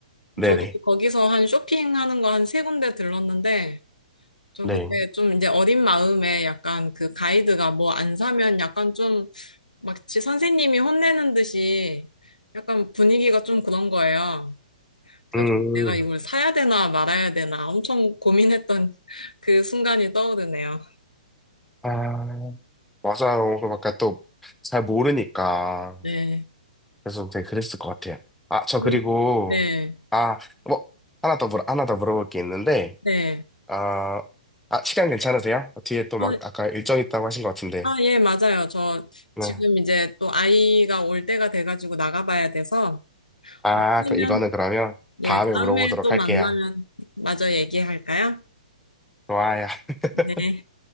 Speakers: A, in the centre; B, on the left (about 80°).
A: 네네,
B: 저도 거기서 한 쇼핑하는 거 한 세 군데 들렀는데, 좀
A: 네.
B: 그때 좀 이제 어린 마음에 약간 그 가이드가 뭐 안 사면 약간 좀 마치 선생님이 혼내는 듯이 약간 분위기가 좀 그런 거예요. 그래서
A: 음,
B: 좀 내가 이걸 사야 되나 말아야 되나 엄청 고민했던 <laughs> 그 순간이 떠오르네요.
A: 아, 맞아요. 그러니까 또잘 모르니까.
B: 네.
A: 그래서 되게 그랬을 것 같아요. 아, 저
B: 그런-
A: 그리고,
B: 네.
A: 아, 뭐, 하나 더 물어, 하나 더 물어볼 게 있는데,
B: 네.
A: 아, 아, 시간 괜찮으세요? 뒤에 또
B: 아,
A: 막 아까 일정 있다고 하신 것 같은데.
B: 아, 예, 맞아요. 저
A: 네.
B: 지금 이제 또 아이가 올 때가 돼가지고 나가봐야 돼서,
A: 아,
B: 어, 그러면,
A: 그 이거는 그러면 다음에
B: 예, 다음에
A: 물어보도록
B: 또
A: 할게요.
B: 만나면 마저 얘기할까요?
A: 좋아요. <laughs>
B: 네,